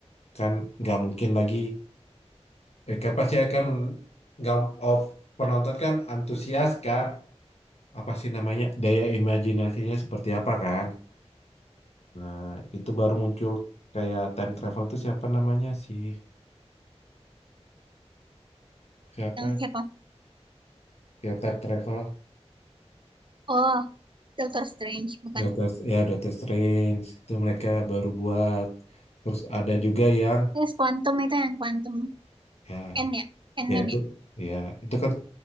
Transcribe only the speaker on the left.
Kan nggak mungkin lagi eh, kan pasti akan men- nggak oh, penonton kan antusias kan apa sih namanya daya imajinasinya seperti apa kan. Nah, itu baru muncul kayak time travel itu siapa namanya sih? Siapa
ya?
yang time travel?
Doctor, ya Doctor Strange itu mereka baru buat. Terus ada juga yang
ya
ya itu
ya itu kan